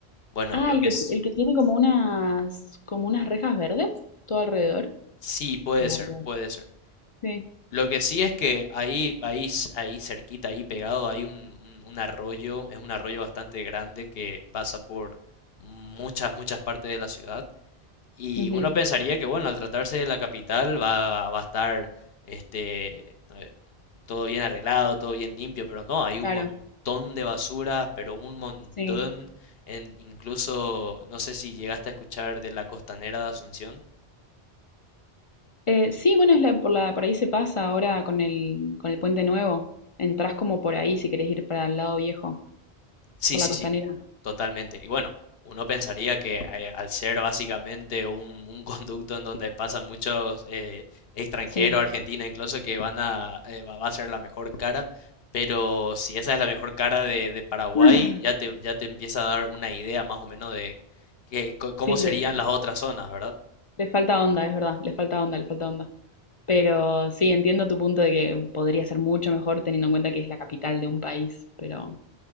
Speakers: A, on the left; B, on the left.
A: Bueno,
B: Ah,
A: lo
B: el
A: que
B: que,
A: es,
B: el que tiene como unas, como unas rejas verdes todo alrededor.
A: sí puede
B: Bueno,
A: ser,
B: claro.
A: puede ser.
B: Sí,
A: Lo que sí es que ahí, ahí, s- ahí cerquita, ahí pegado, hay un, un- un arroyo, es un arroyo bastante grande que pasa por muchas, muchas partes de la ciudad. Y
B: ujú,
A: uno pensaría que, bueno, al tratarse de la capital va, va a estar este, eh, todo bien arreglado, todo bien limpio, pero no, hay un
B: claro,
A: montón de basura, pero un montón,
B: sí.
A: en, incluso, no sé si llegaste a escuchar de la costanera de Asunción.
B: Eh, sí, bueno, es la, por la, por ahí se pasa ahora con el, con el puente nuevo. Entrás como por ahí si querés ir para el lado viejo,
A: Sí,
B: por
A: sí,
B: la costanera.
A: sí, totalmente. Y bueno, uno pensaría que eh, al ser básicamente un, un <laughs> conducto en donde pasan muchos eh, extranjeros,
B: Sí.
A: argentinos incluso, que van a, eh, va va a ser la mejor cara, pero si esa es la mejor cara de, de Paraguay,
B: <laughs>
A: ya te, ya te empieza a dar una idea más o menos de que- co-
B: Sí,
A: cómo
B: le,
A: serían las otras zonas, ¿verdad?
B: le falta onda, es verdad, le falta onda, le falta onda. Pero sí, entiendo tu punto de que podría ser mucho mejor teniendo en cuenta que es la capital de un país, pero,